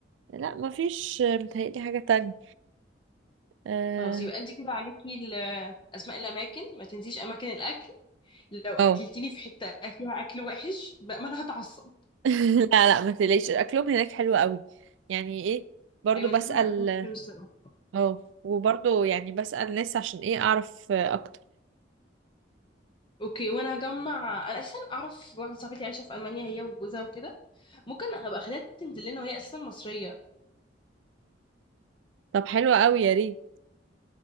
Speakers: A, on the right (about 80°); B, on the left (about 25°).
A: لا مفيش آه، متهيألي حاجة تانية اه
B: خلاص يبقى انت كده عليكي ال- اسماء الاماكن ما تنسيش اماكن الاكل لو اكلتيني
A: آه.
B: في حته فيها اكل وحش بقى ما انا هتعصب
A: <laughs> لا لا ما تقلقيش اكلهم هناك حلو قوي يعني ايه برضو
B: ايوه
A: بسأل
B: انا باكل اكلهم حلو الصراحه
A: اه وبرضو يعني بسأل ناس عشان ايه اعرف آه، اكتر
B: اوكي وانا هجمع انا اساسا اعرف واحده صاحبتي عايشه في المانيا هي وجوزها وكده ممكن ابقى اخليها تنزل لنا وهي اساسا مصريه
A: طب حلو قوي يا ريت